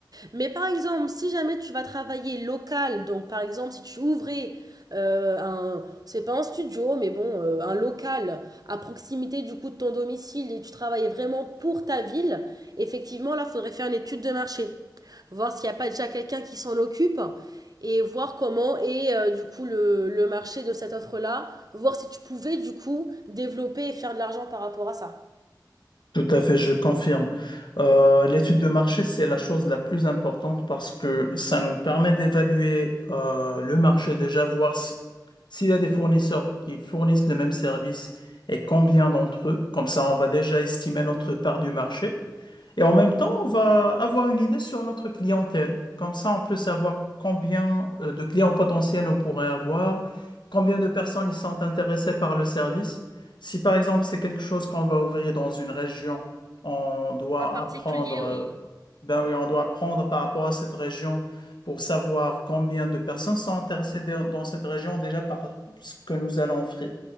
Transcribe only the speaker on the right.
Mais par exemple, si jamais tu vas travailler local, donc par exemple, si tu ouvrais euh, un, c'est pas un studio, mais bon, euh, un local à proximité du coup de ton domicile et tu travaillais vraiment pour ta ville, effectivement, là, il faudrait faire une étude de marché voir s'il n'y a pas déjà quelqu'un qui s'en occupe et voir comment est euh, du coup le, le marché de cette offre-là, voir si tu pouvais du coup développer et faire de l'argent par rapport à ça.
En particulier,
oui.